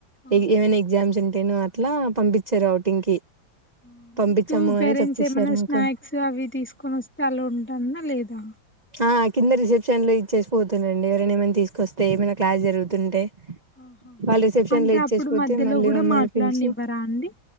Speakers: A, in the centre; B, on the right.
A: ఆ,
B: ఇ ఏమైనా ఎగ్ అంటేనూ అట్లా పంపిచ్చారు ఔటింగ్ కి
A: <inaudible>
B: పంపించాము
A: మీకూ పేరెంట్సేమన్నా
B: అని చెప్పిస్తారు మాకు
A: స్నాక్స్ అవి తీసుకొనొస్తె అలో ఉంటందా లేదా
B: ఆ కింద రిసెప్షన్ లో ఇచ్చేసి పోతుండే అండి ఎవరైనా ఏమైనా తీసుకొస్తే ఏమైనా క్లాస్ జరుగుతుంటే
A: ఆహా
B: వాళ్లు రిసెప్షన్
A: అంటే
B: లో ఇచ్చేసిపో
A: అప్పుడు మధ్యలో
B: మళ్ళీ
A: కూడా
B: మమ్మల్ని
A: మాట్లాడనివ్వరా
B: పిలిచి
A: అండి